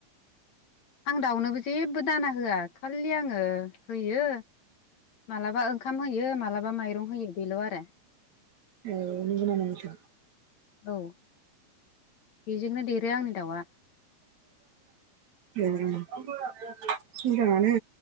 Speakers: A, on the left; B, on the right.
A: आं दाउनोबो जेबो दाना होआ खालि आङो होयो मालाबा ओंखाम होयो मालाबा माइरं होयो बेल' आरो।
B: औ नंगौ नमा नोंथां?
A: औ बेजोंनो देरो आंनि दाउआ।
B: उम उम मोजांआनो